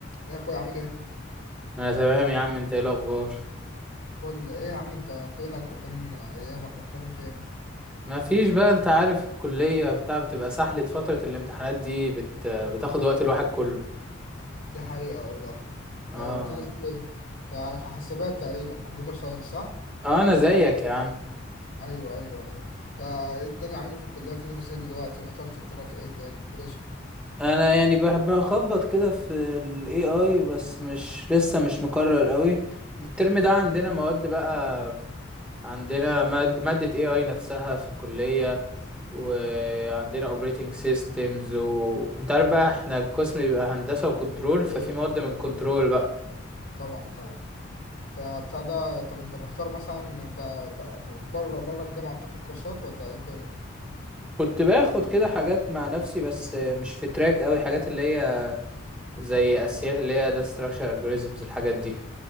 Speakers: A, on the left; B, in the centre.
A: إيه يا اخويا عامل ايه
B: انا تمام يا عم انت ايه الاخبار
A: كل ايه يا عم انت فينك وفين ايامك مختفي فين
B: ما فيش بقى انت عارف الكلية بتاع بتبقى سحلة فترة الامتحانات دي بت... بتاخد وقت الواحد كله
A: دي حقيقة والله
B: اه
A: انت بتدرس ايه انت حاسبات تقريبا كمبيوتر ساينس صح
B: آه، انا زيك يا عم
A: ايوه ايوه ايوه انت ايه الدنيا عامل إيه في الكلية بتدرس ايه دلوقتي واخترت التراك ايه تدرسه
B: انا يعني بحب اخبط كده في ال AI بس مش لسه مش مقرر قوي الترم ده عندنا مواد بقى عندنا ماد... مادة AI نفسها في الكلية وعندنا اوبريتنج سيستمز و... انت عارف بقى احنا القسم بيبقى هندسة وكنترول ففي
A: ايوه
B: مواد
A: ايوه
B: من كنترول
A: ايوه
B: بقى
A: طبعا طبعا طبعا انت بتاع ده طب انت مختار مثلا انت ب- بره بره الجامعة بتاخد كورسات ولا ايه الدنيا
B: كنت باخد كده حاجات مع نفسي بس مش في تراك قوي حاجات اللي هي زي اساسيات اللي هي ده structure algorithms الحاجات دي